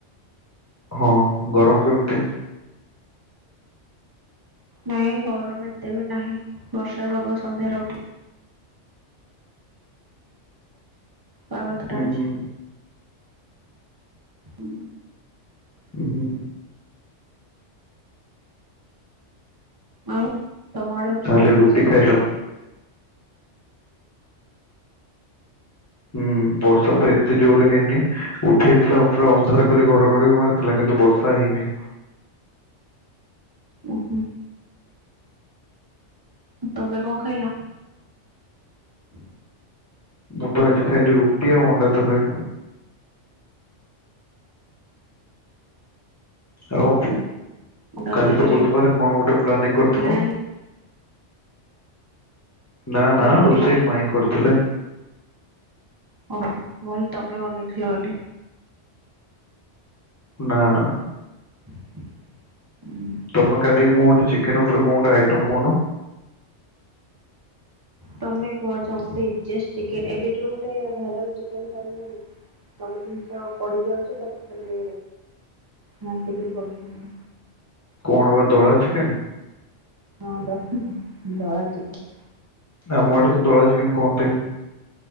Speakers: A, on the left; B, on the right.
A: ହଁ ଗରମ କେମିତି?
B: ନାଇଁ ଗରମ ଏତେ ବି ନାହିଁ ବର୍ଷା ଭାଗ ସନ୍ଧ୍ୟାରେ ଉଠେ। ପାଗ ଥଣ୍ତା
A: ହୁଁ
B: ଅଛି।
A: ହୁଁ
B: ହୁଁ।
A: ଓୁ ହୋ।
B: ଆଉ ତମର ଆଡ଼େ ବର୍ଷା
A: ତାହେଲେ
B: ହେଇଛି?
A: ରୁଟି ଖାଇଲ ହୁଁ ବର୍ଷା ତ ଏ ଏତେ ଜୋରରେ ହେଇନି ଉଠେଇଥିଲା ପୁରା ଅନ୍ଧାର କରି ଘଡଘଡି ମାରିଥିଲା କିନ୍ତୁ ବର୍ଷା ହେଇନି।
B: ଉଁ ହୁଁ ତମେ କଣ ଖାଇଲ? ହ
A: ମୁଁ ତ ଆଜି ଖାଇଲି ରୁଟି ଆଉ ଅଣ୍ଡା ତକାରି। ଆଉ
B: ଅଣ୍ଡା
A: କାଲି
B: ତରକାରୀ
A: ତ ବୁଧବାର କଣ ଗୋଟେ ପ୍ଲାନିଂ କରିଥିବ।
B: କିଣା ହେଇ
A: ନା ନା
B: କାଲି
A: ରୋଷେଇ ମାଇଁ କରୁଥିଲେ।
B: ଓହୋ ମୁଁ ହଲେ ତମେ ବନେଇଥିଲ ବୋଲି।
A: ନା ନା
B: ଉଁ
A: ତମେ କାଲିି ମୁଁ ଗୋଟେଚିକେନ ଉପରେ କଁ ଗୋଟେ ଆଇଟମ୍ କହୁନ
B: ତମେ କୁହଛ ଗୋଟେଜେଷ୍ଟ ଚିକେନ ଏବେ ଯୋଉ ଗୋଟେ ଭାଇରାଲ ଚିକେନ <unintelligible> ସବୁ ଜିନିଷ ପଡ଼ିିଯାଉଛି ତାକୁ ଖାଲି ଘାଣ୍ଟି କିରି କରୁଛନ୍ତି।
A: କଣ ବା ଦଳା ଚିକେନ।
B: ହଁ ବା ଦଳା ଚିକେନ।
A: ଆମ ଆଡେ ତ ଦଳା ଚିକେନ କୁହନ୍ତି।